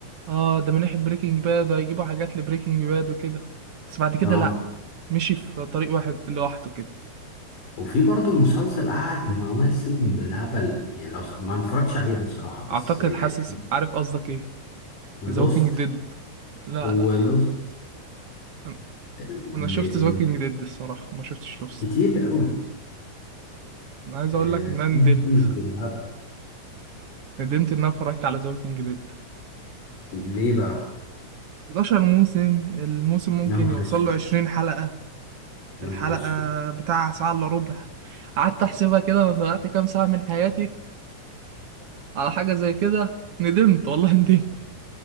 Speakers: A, on the right; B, on the left.
A: اه ده من ناحية بريكنج باد هيجيبوا حاجات لبريكنج باد وكده بس بعد كده
B: اه
A: لا مشي في طريق واحد لوحده كده
B: وفي برضه مسلسل قعد مواسم بالهبل يعني لو س- ما أنا اتفرجتش عليه بصراحة بس
A: اعتقد
B: يعني
A: حاسس عارف قصدك ايه
B: لوست
A: ذا ووكينج ديد لا
B: ولوست
A: لا انا
B: ال-
A: أنا شفت
B: ال-
A: ذا ووكينج ديد الصراحة ما شفتش لوست
B: كتير قوي
A: انا عايز
B: آه
A: اقول لك ان
B: سيزونز
A: انا ندمت
B: بالهبل
A: ندمت ان انا اتفرجت على ذا ووكينج ديد
B: ليه بقى
A: 11 موسم الموسم ممكن
B: يا نهار
A: يوصل
B: اسود
A: له 20 حلقة
B: يا
A: الحلقة
B: نهار اسود
A: بتاع ساعة الا ربع قعدت احسبها كده انا ضيعت كام ساعة من حياتي على حاجة زي كده ندمت والله ندمت